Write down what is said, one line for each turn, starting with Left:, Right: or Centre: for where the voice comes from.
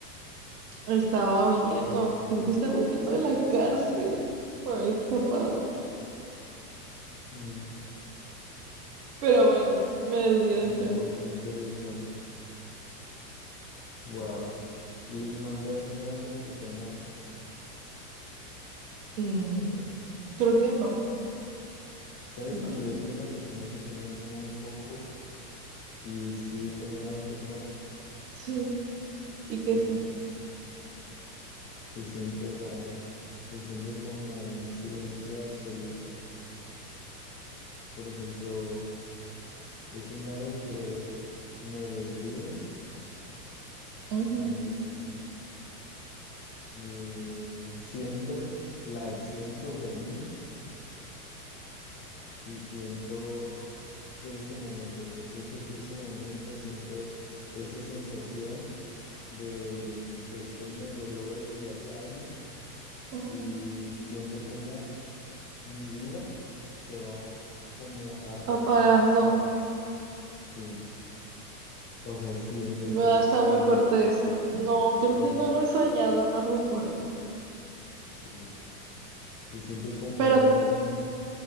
Right: Estaba huyendo, creo que estaba huyendo de la cárcel. Me había escapado.
Left: Mm,
Right: Pero bueno, me desvié del
Left: Bastante
Right: tema.
Left: interesante. Wow. ¿Y nunca has soñado como que te mueres?
Right: Mm, creo que no,
Left: Sabes
Right: no.
Left: que yo soy una persona que sueña muy poco y sí he soñado que muero.
Right: Sí, ¿y qué
Left: Sí,
Right: sientes?
Left: se siente raro. Se siente como un silencio absoluto. Por ejemplo, He soñado que me desviven
Right: Ujú,
Left: y, y siento la acción sobre mí y siento ese momento, pues ese justo momento, siento esa sensación del pequeño dolor y de la calma
Right: ujú.
Left: y siento como mi vida se va como apagando,
Right: Apagando.
Left: sí, o sea, sientes
Right: Ah,
Left: eso,
Right: Está
Left: como,
Right: muy fuerte eso. No, creo
Left: como,
Right: que no lo he soñado, no recuerdo.
Left: sí, se siente como
Right: Pero
Left: un